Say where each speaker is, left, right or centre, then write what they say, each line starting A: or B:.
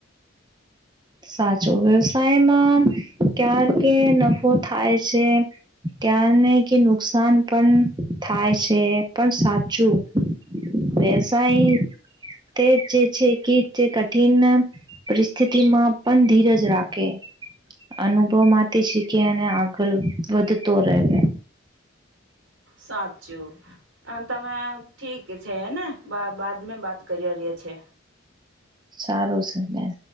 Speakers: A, on the right; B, on the right.
A: સાચું, વ્યવસાયમાં ક્યાર કે નફો થાય છે ક્યારને કે નુકસાન પણ થાય છે, પણ સાચું વ્યવસાય તે જ જે છે કે જે કઠિન પરિસ્ થિમાં પણ ધીરજ રાકે. અનુભવમાંથી શીખી અને આગળ વધતો રેવે.
B: સાચું તમે ઠીક છે હેને, બા બાદ મે બાત કર્યા રર્યા છે.
A: સારું સે બેન.